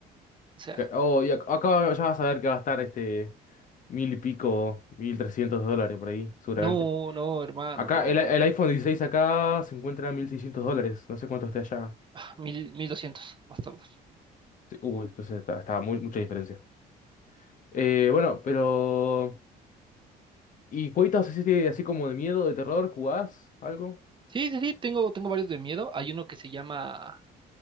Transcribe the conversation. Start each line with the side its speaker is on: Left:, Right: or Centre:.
Right: O sea,
Left: Que- Oh, y ac- acá ya vas a ver que va a estar este mil y pico, 1300 dólares por ahí, seguramente.
Right: no, no, hermano,
Left: Acá
Right: no.
Left: el, el iPhone 16 acá se encuentra a 1600 dólares. No sé cuánto esté allá.
Right: Ah, Mil, mil doscientos, más tarde.
Left: Sí, Uy, entonces está, está muy, mucha diferencia. Eh, bueno, pero... ¿Y jueguitos así, de- así como de miedo, de terror? ¿Jugás algo?
Right: Sí, sí, sí, tengo, tengo varios de miedo. Hay uno que se llama...